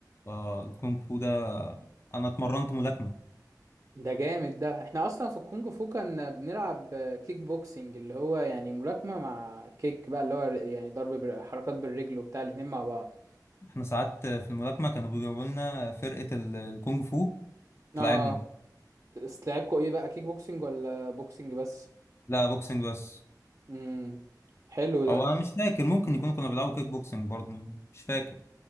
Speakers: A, on the left; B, on the right.
A: فالكونغ فو ده انا اتمرنت ملاكمه
B: ده جامد ده احنا اصلا في الكونج فو كنا بنلعب كيك بوكسينج اللي هو يعني ملاكمة مع كيك بقى اللي هو يعني ضرب بال- حركات بالرجل وبتاع الاتنين مع بعض
A: احنا ساعات في الملاكمه كانوا بيجيبوا لنا فرقه ال- الكونغ فو تلعبنا
B: اه بس لعبكوا ايه بقى كيك بوكسنج ولا بوكسنج بس
A: لا بوكسنج بس
B: امم حلو
A: او
B: ده
A: انا مش فاكر ممكن يكونوا كانوا بيلعبوا كيك بوكسنج برضه مش فاكر